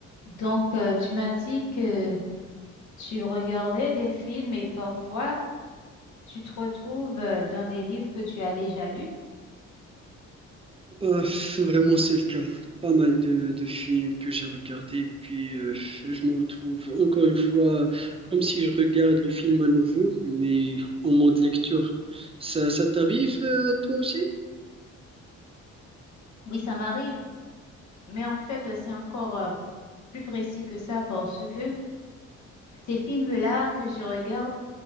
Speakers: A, on the left (about 70°); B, on the right (about 20°).
A: Donc, euh, tu m'as dit que tu regardais des films et parfois tu te retrouves euh, dans des livres que tu as déjà lus.
B: Euh, vraiment, c'est le cas. Pas mal de, de films que j'ai regardés, et puis euh, je me retrouve encore une fois comme si je regarde le film à nouveau, mais en mode lecture. Ça, ça t'arrive, euh, toi aussi?
A: Oui, ça m'arrive, mais en fait, c'est encore euh, plus précis que ça parce que Ces films-là que je regarde,